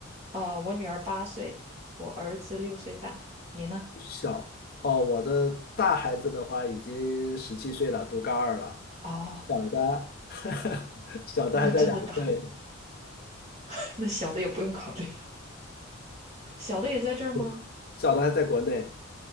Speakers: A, on the right; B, on the left.
A: 呃，我女儿八岁，我儿子六岁半，你呢？
B: 小哦，我的大孩子的话已经十七岁了，读高二了。
A: 哦，
B: 小的，<laughs>
A: <laughs>
B: 小的还在两岁，
A: 那真的大，<laughs> 那小的也不用考虑，小的也在这儿吗？
B: 对小的还在国内，